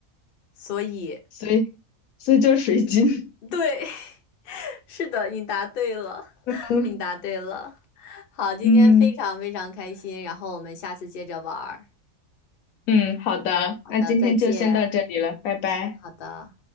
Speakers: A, on the left; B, on the left.
A: 所以，
B: 所以所以就是水晶。
A: 对，<laughs> 是的，你答对了，<laughs>
B: <laughs> 嗯
A: 你答对了。好，今天非常非常开心，
B: 嗯
A: 然后我们下次接着玩儿。
B: 嗯，好的，
A: 好的，
B: 那今天就先到这里了，
A: 再见。
B: 拜拜。
A: 好的。